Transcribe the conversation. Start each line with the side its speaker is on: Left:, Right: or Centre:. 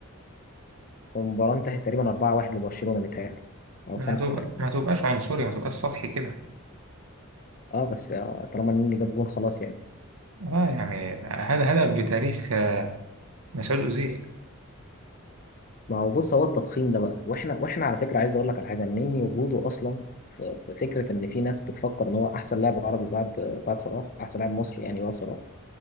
Left: المباراة انتهت تقريبا 4-1 لبرشلونة متهيألي أو
Right: ما
Left: خمسة
Right: تبقى
Left: بقى
Right: ما تبقاش عنصري ما تبقاش سطحي كده
Left: اه بس آه، طالما النني جاب جون خلاص يعني
Right: اه يعني هذا هدف بتاريخ آه، مسعود أوزيل
Left: ما هو بص هو التضخيم ده بقى واحنا واحنا على فكره عايز اقول لك على حاجه مني وجوده اصلا في في فكره ان في ناس بتفكر ان هو احسن لاعب عربي بعد بعد صلاح احسن لاعب مصري يعني بعد صلاح